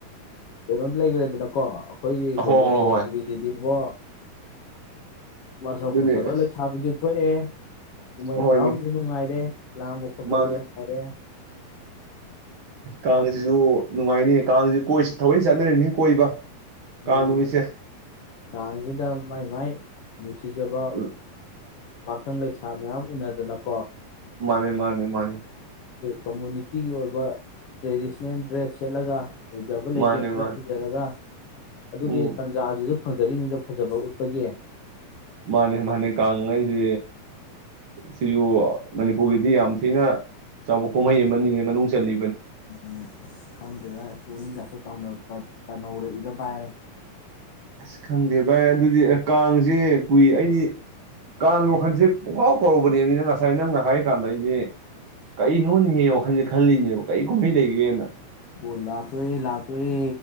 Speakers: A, on the left (about 50°); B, on the right (about 40°).
A: ꯀꯩꯅꯣ ꯂꯩꯈ꯭ꯔꯦꯗꯅꯀꯣ ꯑꯩꯈꯣꯏꯒꯤ ꯒꯣꯕꯤꯟꯗꯖꯤꯁꯤꯗꯤꯕꯣ
B: ꯍꯣꯏ ꯍꯣꯏ ꯍꯣꯏ
A: ꯃ ꯁ
B: ꯑꯗꯨꯅꯦ
A: ꯐꯖ
B: ꯑꯁ
A: ꯂꯩ ꯈꯥꯕꯤ ꯊꯣꯛꯑꯦ ꯀꯨꯝꯍꯩ
B: ꯍꯣꯏꯅꯦ
A: ꯍꯔꯥꯎꯗꯨꯁꯨ ꯅꯨꯡꯉꯥꯏꯔꯦ ꯂꯥꯡ
B: ꯃꯥꯅꯦ
A: ꯐꯥꯏꯔꯦ
B: ꯀꯥꯡꯁꯤꯁꯨ ꯅꯨꯡꯉꯥꯏꯅꯤ ꯀꯥꯡꯁꯤꯁꯨ ꯀꯣꯏꯁꯤ ꯊꯧꯏ ꯆꯠꯅꯔꯤꯅꯤ ꯀꯣꯏꯕ
A: ꯃꯥꯅꯤ
B: ꯀꯥꯡ ꯅꯨꯃꯤꯠꯁꯦ
A: ꯇꯥꯡꯁꯦꯗ ꯃꯥꯏ ꯃꯥꯏ ꯅꯨꯡꯁꯤꯖꯕ
B: ꯎ
A: ꯄꯥꯈꯪ ꯂꯩꯁꯥ ꯃꯌꯥꯝ ꯎꯅꯗꯅ ꯀꯣ
B: ꯃꯥꯅꯦ ꯃꯥꯅꯦ ꯃꯥꯅꯦ
A: ꯀꯝꯃꯨꯅꯤꯇꯤꯒꯤ ꯑꯣꯏꯕ ꯇ꯭ꯔꯦꯗꯤꯁꯟꯅꯜ ꯗ꯭ꯔꯦꯁ ꯁꯦꯠꯂꯒ ꯂꯩꯖꯕ
B: ꯃꯥꯅꯦ
A: ꯂꯩꯇꯦꯡ ꯈꯔ
B: ꯃꯥꯅꯦ
A: ꯁꯤꯖꯔꯒ ꯑꯗꯨꯒꯤ
B: ꯎꯝ
A: ꯇꯟꯖꯥ ꯑꯗꯨꯁꯨ ꯐꯪꯖꯔꯤ ꯃꯤꯗꯣ ꯐꯖꯕ ꯎꯠꯄꯒꯤ
B: ꯃꯥꯅꯦ ꯃꯥꯅꯦ ꯀꯥꯡꯉꯩꯁꯦ ꯁꯤꯁꯨ ꯃꯅꯤꯄꯨꯔꯒꯤꯗꯤ ꯌꯥꯝ ꯊꯤꯅ ꯆꯥꯎꯕ ꯀꯨꯝꯍꯩꯌꯦ ꯃꯅꯤꯅꯦ ꯃꯅꯨꯡ ꯆꯜꯂꯤ
A: ꯎꯝ ꯈꯪꯗꯦꯗ ꯎꯅꯤ ꯗ ꯇꯅꯧꯔꯛꯏꯔ ꯕꯥꯏ
B: ꯑꯁ ꯈꯪꯗꯦ ꯚꯥꯏ ꯑꯗꯨꯗꯤ ꯑꯦ ꯀꯥꯡꯁꯦ ꯀꯨꯏ ꯑꯩꯗꯤ ꯀꯥꯡ ꯋꯥꯈꯜꯁꯦ ꯄꯨꯡꯀꯥꯎ ꯀꯧꯔꯕꯅꯦꯕꯅꯤꯅ ꯉꯁꯥꯏ ꯅꯪꯅ ꯍꯥꯏ ꯀꯥꯟꯗ ꯑꯩꯁꯦ ꯀꯔꯤ ꯅꯣꯅꯤꯡꯉꯦ ꯋꯥꯈꯜꯁꯦ ꯈꯜꯂꯤꯅꯦꯕ ꯀꯩ ꯀꯨꯝꯍꯩ ꯂꯩꯒꯦꯅ
A: ꯑꯣ ꯂꯥꯛꯇꯣꯏꯔꯦ ꯂꯥꯛꯇꯣꯏꯔꯦ